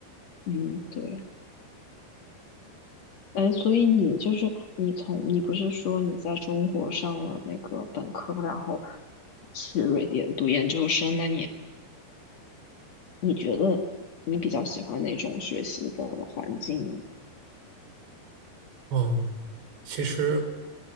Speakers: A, on the left (about 50°); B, on the right (about 90°).
A: 嗯，对。哎，所以你就是你从你不是说你在中国上了那个本科，然后去瑞典读研究生，那你你觉得你比较喜欢哪种学习的环境呢？
B: 哦，其实